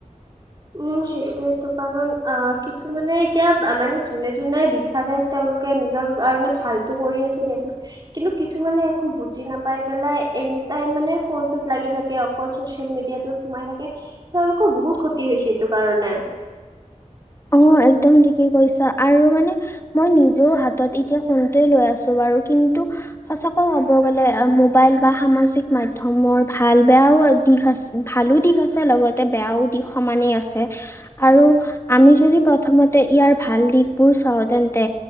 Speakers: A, on the right (about 30°); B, on the left (about 20°).
A: উম সেইটোয়েইতো কাৰণ অঁ কিছুমানে এতিয়া মানে যোনে যোনে বিচাৰে তেওঁলোকে নিজৰ কাৰণে ভালটো কৰি বুজিছোঁ দিয়াছোন কিন্তু কিছুমানে একো বুজি নাপাই পেলাই এনি টাইম মানে ফোনটোত লাগি থাকে। অকল ছচিয়েল মিডিয়াটোত সোমাই থাকে। তেওঁলোকৰ বহুত কি হৈছে এইটো কাৰণে।
B: অ', একদম ঠিকেই কৈছা, আৰু মানে মই নিজেও হাতত এতিয়া ফোনটোয়ে লৈ আছোঁ বা আৰু কিন্তু সঁচাকৈ কব গ'লে আ মোবাইল বা সামাজিক মাধ্যমৰ ভাল বেয়াও দিশ আছে, ভালো দিশ আছে লগতে বেয়াও দিশ সমানেই আছে। আৰু, আমি যদি প্ৰথমতে ইয়াৰ ভাল দিশবোৰ চাওঁ তেন্তে